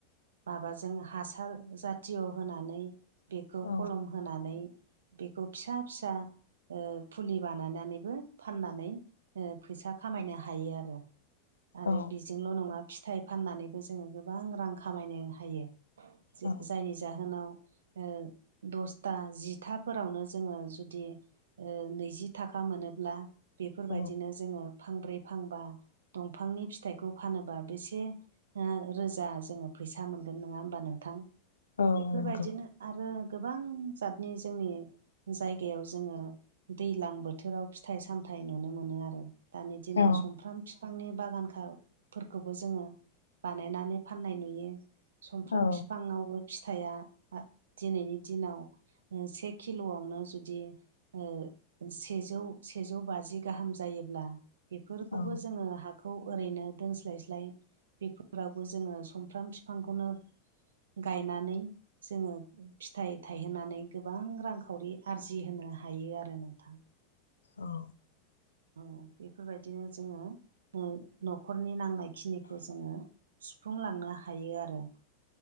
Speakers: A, on the right; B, on the left.
A: माबाजों हासार जाथिय' होनानै बेखौ
B: औ
A: खलम होनानै बेखौ फिसा फिसा ओ फुलि बानायनानैबो फाननानै ओ फैसा खामायनो हायो आरो आरो
B: औ
A: बेजोंल' नङा फिथाइ फाननानैबो जोङो गोबां रां खामायनो हायो। जे-जायनि
B: औ
A: जाहोनाव ओ दसथा जिथाफोरावनो जोङो जुदि ओ नैजि थाखा मोनोब्ला बेफोरबायदिनो
B: औ
A: जोङो फांब्रै फांबा दंफांनि फिथाइखौ फानो बा ओ बेसे रोजा जोङो फैसा मोनगोन नङा होमबा नोंथां?
B: औ
A: बेफोरबायदिनो
B: नंगौ
A: आरो गोबां जातनि जोंनि जायगायाव जोङो दै्लां बोथोराव फिथाइ सामथायाइ नुनो मोनो आरो। दानि दिनाव
B: औ
A: सुमफ्राम बिफांनि बागानखौ फोरखौबो जोङो बानायनानै फाननाय नुयो सुमफ्राम
B: औ
A: बिफाङावबो फिथाइया दिनैनि दिनाव से किल'आवनो जुदि ओ सेजौ सेजौ बाजि गाहाम जायोब्ला बेफोरखौबो
B: औ
A: जोङो हाखौ ओरैनो दोनस्लायस्लाय बेफोरावबो जोङो सुमफ्राम बिफांखौनो गायनानै जोङो फिथाइ थायहोनानै गोबां रांखावरि आरजिहोनो हायो आरो नोंथां
B: औ
A: औ बेफोरबायदिनो जोङो ओ न'खरनि नांनाय खिनिखौ जोङो सुफुंलांनो हायो आरो।